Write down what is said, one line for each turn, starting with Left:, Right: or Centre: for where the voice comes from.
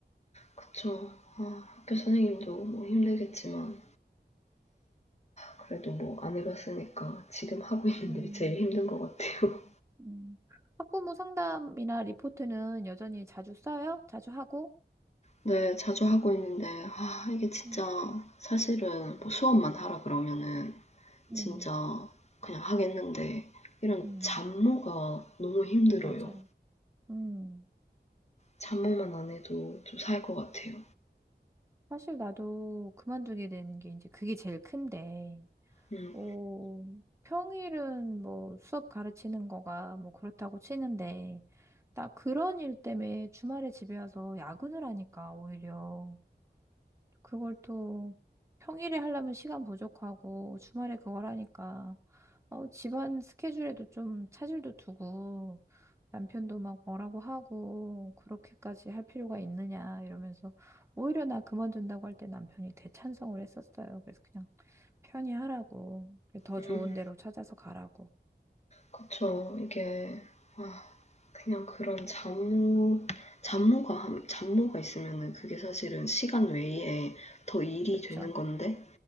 Left: 그쵸. 아, 학교 선생님도 뭐 힘들겠지만 그래도 뭐 안 해봤으니까 지금 하고 있는
Right: 음,
Left: 일이 제일 힘든 것 같아요.
Right: 음, 학부모 상담이나 리포트는 여전히 자주 써요? 자주 하고?
Left: 네, 자주 하고 있는데 아, 이게 진짜
Right: 음,
Left: 사실은 뭐 수업만 하라 그러면은
Right: 음.
Left: 진짜 그냥 하겠는데 이런
Right: 음.
Left: 잡무가
Right: 음,
Left: 너무 힘들어요.
Right: 맞아요. 음.
Left: 잡무만 안 해도 좀 살 것 같아요.
Right: 사실 나도 그만두게 된 게 이제 그게 제일 큰데,
Left: 음,
Right: 어, 평일은 뭐 수업 가르치는 거가 뭐 그렇다고 치는데, 나 그런 일 때문에 주말에 집에 와서 야근을 하니까 오히려 그걸 또 평일에 하려면 시간 부족하고 주말에 그걸 하니까 어, 집안 스케줄에도 좀 차질도 두고 남편도 막 뭐라고 하고 그렇게까지 할 필요가 있느냐 이러면서 오히려 나 그만둔다고 할 때 남편이 대찬성을 했었어요. 그래서 그냥 편히 하라고 더
Left: 음,
Right: 좋은 데로 찾아서 가라고.
Left: 그쵸. 이게 아, 그냥 그런 잡무, 잡무가, 잡무가 있으면은 그게 사실은 시간 외에 더 일이
Right: 그쵸?
Left: 되는 건데,